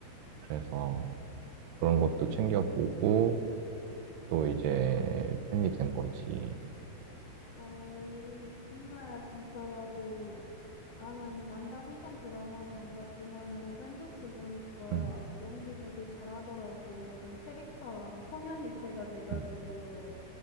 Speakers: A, on the right; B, on the left.
A: 그래서 그런 것도 챙겨보고 또
B: 음.
A: 이제 팬이 된 거지.
B: 어, 근데 진짜 나도, 나는 완다비전 드라마는 안 봤지만은 어벤져스 보니까
A: 응,
B: 연기 되게 잘하더라고. 약간 캐릭터랑 혼연일체가 돼가지고,
A: 응.